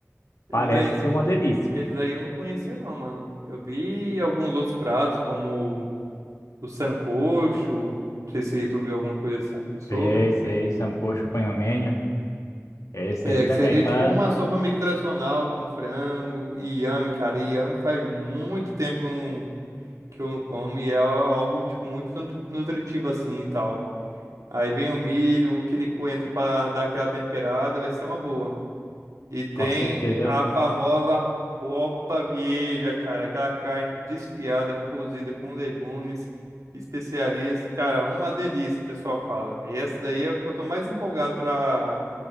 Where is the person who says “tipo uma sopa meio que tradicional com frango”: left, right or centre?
Right